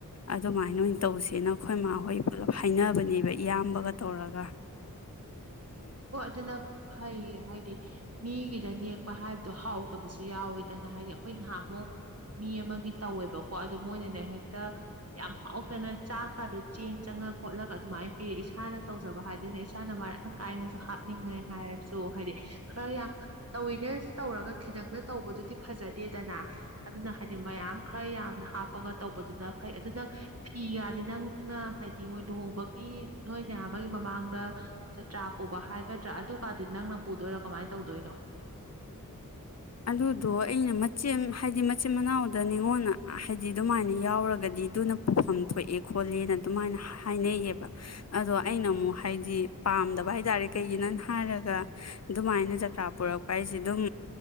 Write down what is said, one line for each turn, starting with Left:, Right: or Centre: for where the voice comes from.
Left: ꯑꯗꯨꯃꯥꯏꯅ ꯑꯣꯏꯅ ꯇꯧꯁꯦꯅ ꯑꯩꯈꯣꯏ ꯃꯥ ꯍꯣꯏ ꯄꯨꯂꯞ ꯍꯥꯏꯅꯕꯅꯦꯕ ꯏꯌꯥꯝꯕꯒ ꯇꯧꯔꯒ
Right: ꯑꯣ ꯑꯗꯨ ꯑꯗꯨꯅ ꯐꯩꯌꯦ ꯍꯥꯏꯗꯤ ꯃꯤꯒꯤꯗ ꯅꯦꯛꯄ ꯍꯥꯏꯕꯗꯣ ꯍꯥꯎꯗꯕꯁꯨ ꯌꯥꯎꯋꯦꯗꯅ ꯍꯥꯏꯗꯤ ꯑꯩꯈꯣꯏ ꯅꯍꯥꯟꯃꯨꯛ ꯃꯤ ꯑꯃꯒꯤ ꯇꯧꯋꯦꯕꯀꯣ ꯑꯗꯣ ꯃꯣꯏꯅꯅꯦ ꯍꯦꯛꯇ ꯌꯥꯝ ꯍꯥꯎꯇꯅ ꯆꯥꯛꯀꯗꯨ ꯆꯦꯡ ꯆꯪꯉ ꯈꯣꯠꯂꯒ ꯑꯗꯨꯃꯥꯏꯅ ꯄꯤꯔꯛꯑꯦ ꯏꯁꯥꯅ ꯇꯧꯖꯕ ꯍꯥꯏꯗꯨꯅ ꯏꯁꯥꯅ ꯃꯔꯥꯡ ꯀꯥꯏꯅ ꯍꯥꯞꯅꯤꯡꯉꯦ ꯍꯥꯏꯔꯁꯨ ꯍꯥꯏꯗꯤ ꯈꯔ ꯌꯥꯝ ꯇꯧꯤꯅꯦ ꯇꯧꯔꯒ ꯈꯤꯇꯪꯅ ꯇꯧꯕꯗꯨꯗꯤ ꯐꯖꯗꯦꯗꯅ ꯑꯗꯨꯅ ꯍꯥꯏꯗꯤ ꯃꯌꯥꯝ ꯈꯔ ꯌꯥꯝꯅ ꯍꯥꯞꯄꯒ ꯇꯧꯕꯗꯨꯅ ꯐꯩ ꯑꯗꯨ ꯅꯪ ꯐꯤꯒꯗꯤ ꯅꯪꯅ ꯍꯥꯏꯗꯤ ꯃꯣꯏ ꯂꯨꯍꯣꯡꯕꯒꯤ ꯅꯣꯏꯅꯌꯥꯝ ꯑꯃꯒꯤꯒꯤ ꯃꯃꯥꯡꯗ ꯆꯥꯇ꯭ꯔꯥ ꯄꯨꯕ ꯍꯥꯏꯒꯗ꯭ꯔꯥ ꯑꯗꯨꯒꯗꯤ ꯅꯪꯅ ꯄꯨꯗꯣꯏꯔꯥ ꯀꯃꯥꯏꯅ ꯇꯧꯗꯣꯏꯅꯣ
Left: ꯑꯗꯨꯗꯣ ꯑꯩꯅ ꯃꯆꯦ ꯍꯥꯏꯗꯤ ꯃꯆꯤꯟ ꯃꯅꯥꯎꯗ ꯅꯤꯉꯣꯟꯗ ꯍꯥꯏꯗꯤ ꯑꯗꯨꯃꯥꯏꯅ ꯌꯥꯎꯔꯒꯗꯤ ꯑꯗꯨꯅ ꯄꯨꯐꯝ ꯊꯣꯛꯑꯦ ꯈꯣꯠꯂꯦꯅ ꯑꯗꯨꯃꯥꯏꯅ ꯍꯥꯏꯅꯩꯌꯦꯕ ꯑꯗꯣ ꯑꯩꯅ ꯑꯃꯨꯛ ꯍꯥꯏꯗꯤ ꯄꯥꯝꯗꯕ ꯍꯥꯏ ꯇꯥꯔꯦ ꯀꯩꯒꯤꯅ ꯍꯥꯏꯔꯒ ꯑꯗꯨꯃꯥꯏꯅ ꯖꯇ꯭ꯔꯥ ꯄꯨꯔꯛꯄ ꯍꯥꯏꯁꯦ ꯑꯗꯨꯝ